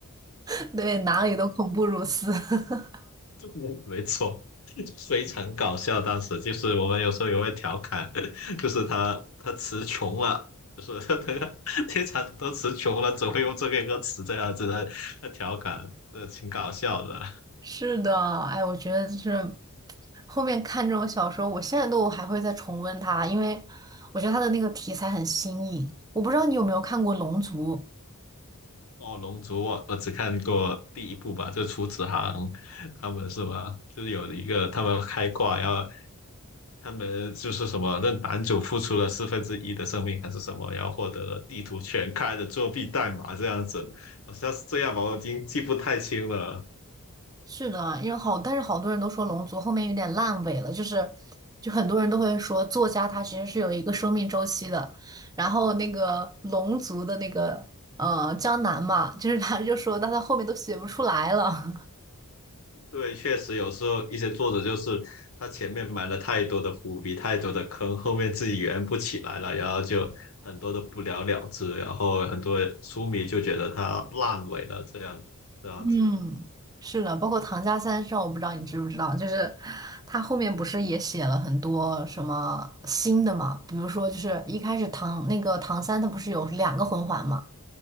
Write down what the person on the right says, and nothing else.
<laughs> 对，哪里都恐怖如斯。<laughs>
是的，哎，我觉得就是后面看这种小说，我现在都还会再重温它，因为我觉得它的那个题材很新颖。我不知道你有没有看过《龙族》？
是的，因为好，但是好多人都说《龙族》后面有点烂尾了，就是就很多人都会说作家他其实是有一个生命周期的，然后那个龙族的那个呃江南嘛，就是他就说到他后面都写不出来了。
嗯，是的，包括《唐家三少》，我不知道你知不知道，就是他后面不是也写了很多什么新的嘛？比如说，就是一开始唐那个唐三他不是有两个魂环嘛，